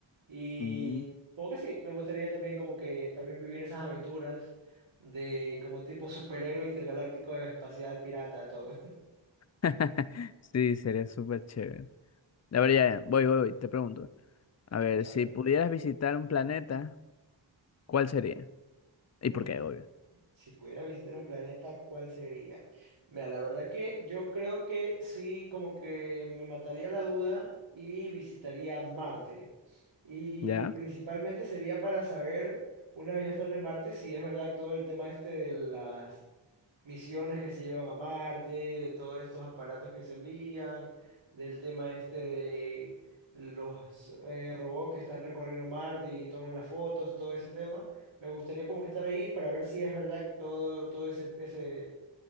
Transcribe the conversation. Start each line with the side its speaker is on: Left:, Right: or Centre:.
Right: y
Left: Mm.
Right: como que sí, me gustaría también como que también vivir esas aventuras de como tipo superhéroe intergaláctico espacial pirata, todo. <laughs>
Left: <laughs> Sí, sería súper chévere. A ver, ya, voy, voy, voy, te pregunto. A ver,
Right: Dale.
Left: si pudieras visitar un planeta, ¿cuál sería? ¿Y
Right: Hmm,
Left: por qué, obvio?
Right: Si pudiera visitar un planeta, ¿cuál sería? Mira, la verdad que yo creo que sí, como que me mataría la duda y visitaría Marte. Y
Left: ¿Ya?
Right: principalmente sería para saber, una vez ya están en Marte, si es verdad todo el tema este de las misiones que se llevan a Marte, de todos estos aparatos que se envían, del tema este de los eh, robots que están recorriendo Marte y toman las fotos, todo ese tema. Me gustaría como que estar ahí para ver si es verdad todo, todo ese, ese,